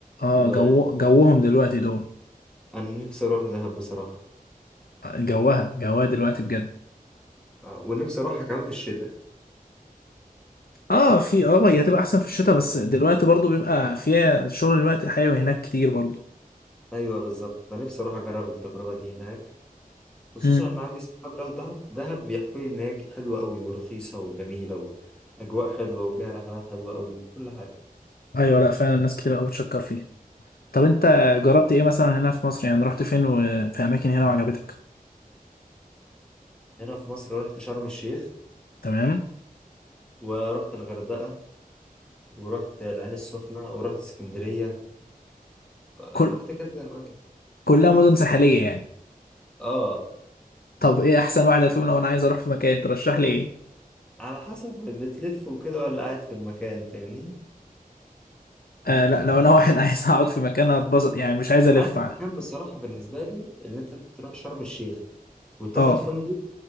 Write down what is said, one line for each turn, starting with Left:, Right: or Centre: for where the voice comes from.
Left: اه
Centre: وانا
Left: جو جوهم دلوقتي دول
Centre: نفسي اروح دهب بصراحه
Left: جوها جوها دلوقتي بجد
Centre: آه، ونفسي اروحها كمان في الشتاء
Left: اه في اه ما هي هتبقى احسن في الشتاء بس دلوقتي برضو بيبقى فيها شغل دلوقتي حيوي هناك كتير برضو
Centre: ايوه بالظبط فنفسي اروح اجرب التجربه دي هناك خصوصا
Left: مم.
Centre: ان عندي صحاب راحوا دهب دهب بيحكوا لي ان هي حلوه قوي ورخيصه وجميله واجواء حلوه وفيها رحلات حلوه قوي وكل حاجه
Left: ايوه لا فعلا الناس كتير قوي بتشكر فيه طب انت جربت ايه مثلا هنا في مصر يعني رحت فين وفي اماكن هنا وعجبتك
Centre: هنا في مصر رحت شرم الشيخ
Left: تمام
Centre: ورحت الغردقه ورحت العين السخنه ورحت اسكندريه
Left: كل
Centre: رحت كذا اماكن
Left: كلها مدن ساحليه يعني
Centre: اه
Left: طب ايه احسن واحده فيهم لو انا عايز اروح في مكان ترشح لي ايه
Centre: على حسب بتلف وكده ولا قاعد في المكان فاهمني
Left: آه لا لو انا واحد <laughs> عايز اقعد في مكان اتبسط يعني مش عايز الف
Centre: قاعد في مكان بصراحه بالنسبه لي اللي انت تروح شرم الشيخ وتاخد
Left: اه
Centre: فندق